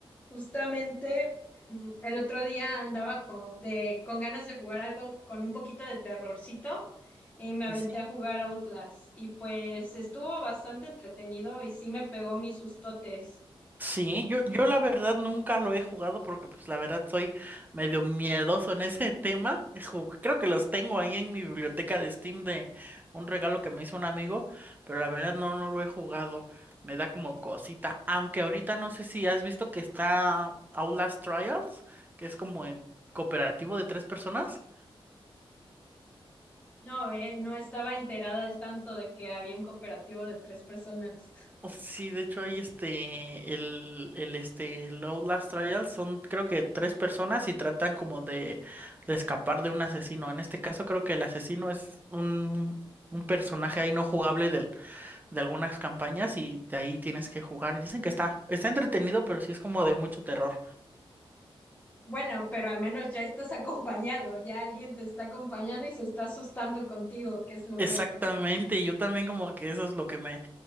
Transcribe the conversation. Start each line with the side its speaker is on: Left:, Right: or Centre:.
Left: Justamente <clears throat> el otro día andaba con, de, con ganas de jugar algo con un poquito de terrorcito y me aventé
Right: Sí, sí,
Left: a jugar Outlast y pues estuvo bastante entretenido y sí me pegó mis sustotes.
Right: Sí, yo, yo la verdad nunca lo he jugado porque pues la verdad soy medio miedoso en ese tema. Eh, Ju- Creo que los tengo ahí en mi biblioteca de Steam de un regalo que me hizo un amigo, pero la verdad no, no lo he jugado. Me da como cosita. Aunque ahorita no sé si has visto que está Outlast Trials, que es como el cooperativo de tres personas.
Left: No, eh, no estaba enterada al tanto de que había un cooperativo de tres personas. <laughs>
Right: Sí, de hecho hay este, el, el este, el Outlast Trial son creo que tres personas y tratan como de, de escapar de un asesino. En este caso creo que el asesino es un, un personaje ahí no jugable del, de algunas campañas y de ahí tienes que jugar. Y dicen que está, está entretenido, pero sí es como de mucho terror.
Left: Bueno, pero al menos ya estás <laughs> acompañado, ya alguien te está acompañando y se está asustando contigo, que es lo bueno.
Right: Exactamente, yo también como que eso es lo que me,